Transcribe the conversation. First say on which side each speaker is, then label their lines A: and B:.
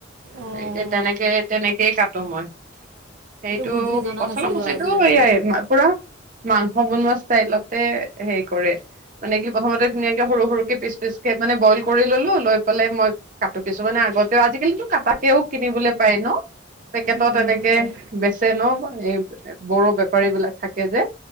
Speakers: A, on the right (about 75°); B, on the right (about 45°).
A: অঁ
B: সেই এতিয়া তেনেকে, তেনেকে <unintelligible> ত' মই সেইটো
A: বুদ্ধি জনা
B: কঁঠালৰ
A: নাছিলোঁ
B: মুচিটো
A: বাৰু আজি জানিলোঁ
B: এইয়াই পুৰা মাংস বনোৱা ষ্টাইলতে হেৰি কৰে। মানে, কি প্ৰথমতে ধুনীয়াকে সৰু, সৰুকে পিচ, পিচকে মানে, বইল কৰি ললোঁ, লৈ পেলাই মই কাটো। কিছুমানে আগতেও আজিকালি কাটাকেও কিনিবলৈ পাই ন'। পেকেটত
A: উম, উম,
B: এনেকে
A: পায়
B: বেচে ন'। এই বড়ো বেপাৰী বিলাক থাকে যে।